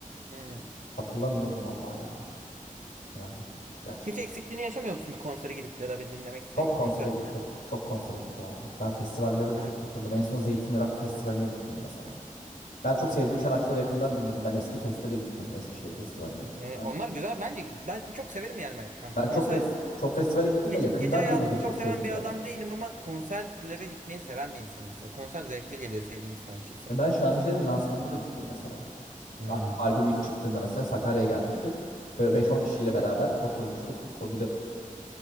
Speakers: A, on the right; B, on the left.
A: Hmm.
B: Hatırlamıyorum vallahi ya. Yani gerçekten.
A: Hiç eksikliğini yaşamıyor musun bir konsere gidip ya da bir dinlemek istediğin
B: Çok
A: bir konser
B: konsere gittim.
A: falan?
B: Çok konsere gittim ama. Ben festivallere de
A: Hmm.
B: çok katıldım. En son Zeytinli Rock Festivali'ne gittim mesela. Ben çok sevdiğim sanatçıları yakından dinledim. Ben Eski Fest'e de gittim. Eskişehir Festivali'ne.
A: Ee,
B: Ben,
A: onlar güzel. Bence ben çok severim yani ben kanka.
B: ben
A: Konser
B: çok fes çok festivale gittim
A: gece,
B: ve yakından
A: gece hayatını
B: dinledim çok
A: çok seven
B: sevdiğim
A: bir
B: şarkıyı.
A: adam değilim ama konserlere gitmeyi seven bir insan mesela. Konser zevkli geliyor sevdiğim bir sanatçıysa.
B: E Ben Şanışer'in lansmanına da gittim mesela.
A: Hmm.
B: Al- Albüm ilk çıktığında mesela Sakarya'ya gelmişti. Böyle 5-10 kişiyle beraber oturmuştuk. O bir de